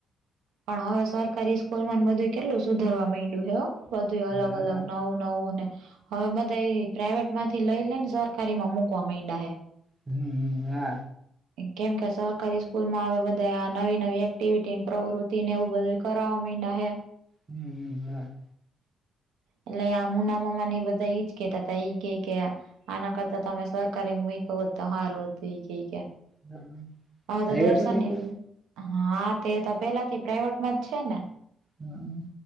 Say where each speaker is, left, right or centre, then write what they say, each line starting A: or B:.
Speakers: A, on the right (about 85°); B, on the right (about 20°).
A: પણ હવે સરકારી સ્કૂલ માં બધું કેટલું સુધરવા માંડ્યું હ બધું અલગ
B: હા
A: અલગ નવું નવું ને હવે બધા એ પ્રાાઈવેટ માંથી લઈ લે ને સરકારી માં મુકવા માંડા હે
B: હમ હા
A: કેમ કે સરકારી સ્કૂલ માં આવે બધા આ નવી નવી એક્ટિવિટી પ્રવૃતિ ને એવું બધું કરાવવા માંડડા હૈ
B: હમ હમ હમ
A: એટલે આ મુના મામા બધા ઈજ કેતા હતા એઈ કે કે આના કરતા તમે સરકારી એ મ ક તો સારું હતું એ કે કે
B: હા
A: હવે
B: ભાઈવટના
A: તો દર્શને
B: મ તો
A: હા તે તો પેલા થી પ્રાઈવેટમાં જ છે ને
B: હા